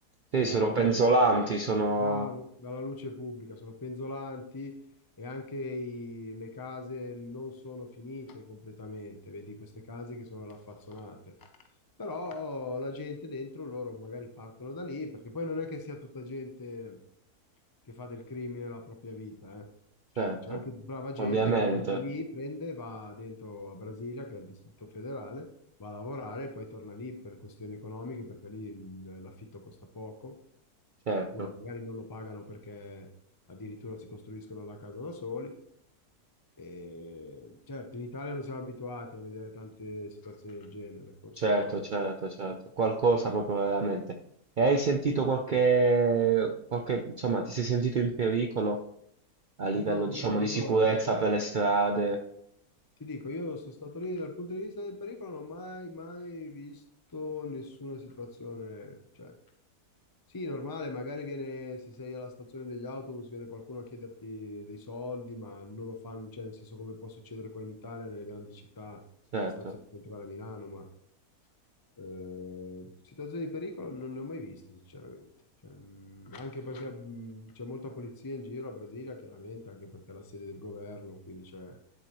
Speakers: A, on the right; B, on the left.
A: Sì,
B: dalla
A: sono
B: luce,
A: penzolanti, sono...
B: bravo, dalla luce pubblica, sono penzolanti e anche i- le case non sono finite completamente, vedi queste case che sono raffazzonate. Però la gente dentro loro magari partono da lì, perché poi non è che sia tutta gente che fa del crimine la propria vita, eh. Cioè,
A: Certo,
B: c'è anche brava gente
A: ovviamente,
B: che poi da lì prende e va dentro a Brasilia, che è il Distrito Federale, va a lavorare e poi torna lì per questioni economiche, perché lì il- l'affitto costa poco,
A: certo,
B: oppure magari non lo pagano perché addirittura si costruiscono la casa da soli. E certo, in Italia non siamo abituati a vedere tante situazioni del genere, forse
A: certo,
B: qual-
A: certo, certo, qualcosa proprio veramente. E hai sentito qualche, qualche, insomma, ti sei sentito in pericolo a livello,
B: No,
A: diciamo, di
B: allora,
A: sicurezza per le strade?
B: ti dico, io sono stato lì dal punto di vista del pericolo, non ho mai, mai visto nessuna situazione, cioè... Sì, normale, magari viene, se sei alla stazione degli autobus, viene qualcuno a chiederti dei soldi, ma non lo fanno, cioè nel senso come può succedere qua in Italia, nelle grandi città,
A: Certo,
B: stazione centrale Milano, ma eh, situazioni di pericolo non ne ho mai viste, sinceramente. Cioè, mh, anche perché mh, c'è molta polizia in giro a Brasilia, chiaramente, anche perché è la sede del governo, quindi c'è